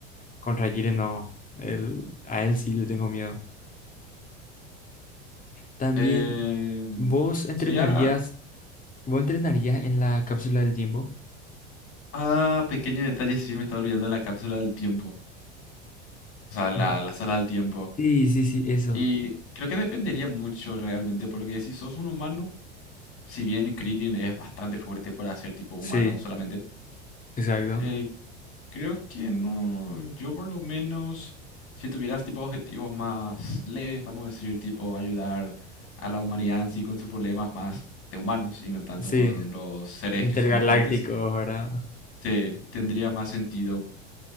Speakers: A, on the left; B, on the left.
A: Contra Jiren no. Él- a él sí le tengo miedo. También,
B: Em,
A: ¿vos entrenarías
B: sería...
A: ¿Cómo entrenaría en la cápsula del tiempo?
B: Ah, pequeño detalle, sí me estaba olvidando de la cápsula del tiempo. O sea, la,
A: Entre-
B: la sala del tiempo.
A: Sí, sí, sí, eso.
B: Y creo que dependería mucho realmente, porque si sos un humano, si bien Krillin es bastante fuerte para ser tipo humano
A: Sí,
B: solamente,
A: exacto.
B: eh, creo que no, yo por lo menos, si tuvieras tipo objetivos más leves, vamos a decir, tipo ayudar a la humanidad en sí con sus problemas más de humanos y no tanto
A: Sí,
B: con los seres
A: intergalácticos,
B: que son más fuertes,
A: ¿verdad?
B: se tendría más sentido